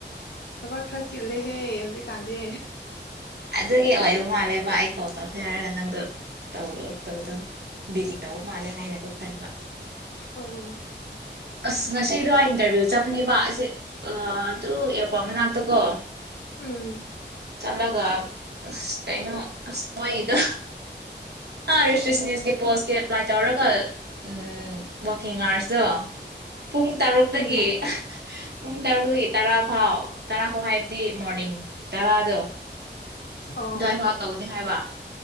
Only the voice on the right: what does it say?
ꯑꯗꯨꯒꯤ ꯑꯣꯏꯕ ꯃꯥꯜꯂꯦ ꯕꯥ ꯑꯩ ꯀꯣꯛ ꯇꯧꯈꯦ ꯍꯥꯏꯔꯒ ꯅꯪꯗꯣ ꯇꯧꯔꯨꯔ ꯇꯧꯕꯥꯗꯣ ꯕꯤꯖꯤ ꯇꯧ ꯃꯥꯜꯂꯦ ꯍꯥꯏꯅꯀꯣ ꯈꯟꯕ
ꯑꯁ ꯉꯁꯤꯗꯣ ꯑꯩ ꯏꯟꯇꯔꯚꯤꯌꯨ ꯆꯠꯄꯅꯦꯕ ꯑꯁ ꯑꯗꯨ ꯑꯦꯌꯥꯔꯄꯣꯔꯠ ꯃꯅꯥꯛꯇꯀꯣ
ꯆꯂꯒ ꯑꯁ ꯀꯩꯅꯣ ꯑꯁ ꯃꯣꯏꯗꯣ ꯔꯤꯁꯞꯁꯅꯤꯁꯀꯤ ꯄꯣꯁꯀꯤ ꯑꯦꯄ꯭ꯂꯥꯏ ꯇꯧꯔꯒ ꯎꯝ ꯋꯥꯛꯀꯤꯡ ꯑꯥꯋꯥꯔꯁꯗꯣ ꯄꯨꯡ ꯇꯔꯨꯛꯇꯒꯤ
ꯄꯨꯡ ꯇꯔꯨꯛꯇꯒꯤ ꯇꯔꯥ ꯐꯥꯎ ꯇꯔꯥ ꯐꯥꯎ ꯍꯥꯏꯕꯗꯤ ꯃꯣꯔꯅꯤꯡ ꯇꯔꯥꯗꯣ
ꯗꯥꯋꯥꯏꯐꯎ ꯇꯧꯒꯅꯤ ꯍꯥꯏꯕ